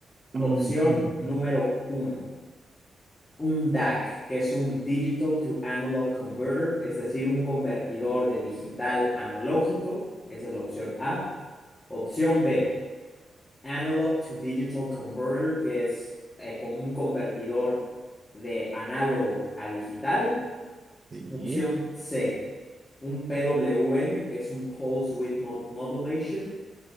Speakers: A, on the right; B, on the left.
A: Mm,
B: Opción
A: mm,
B: número
A: mm.
B: uno, un DAC, que es un Digital to Analog Converter, es decir, un convertidor de digital analógico. Esa es la opción A. Opción B Analog to Digital Converter, que es eh, con un convertidor de análogo a digital.
A: Sí,
B: Opción C, un PWM, que es un Pulse Width mod Modulation.